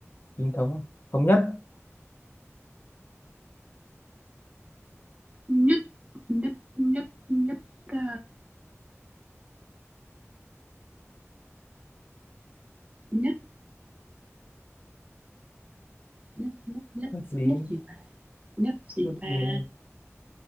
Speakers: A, on the left; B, on the right.
A: chính thống thống nhất
B: nhất nhất nhất nhất, ờ, nhất nhất nhất nhất
A: nhất gì
B: nhất gì ta? Nhất gì
A: nhất
B: ta?
A: gì